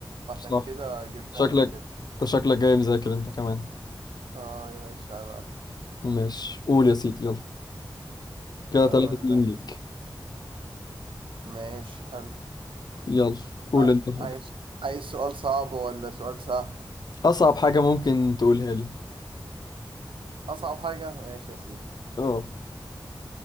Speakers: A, on the right (about 85°); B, on the left (about 55°).
A: عشان
B: صح
A: كده جبتها
B: شكلك
A: من كده
B: انت شكلك جاي مذاكر انت كمان
A: اه يا باشا عيب عليك
B: ماشي قول يا سيدي يلا كده
A: أقول
B: 3 2
A: لك
B: ليك
A: ماشي حلو
B: يلا قول
A: عاي-
B: انت حاجة
A: عايز عايز سؤال صعب ولا سؤال سهل؟
B: اصعب حاجة ممكن تقولها لي
A: أصعب حاجة؟ ماشي يا سيدي
B: اه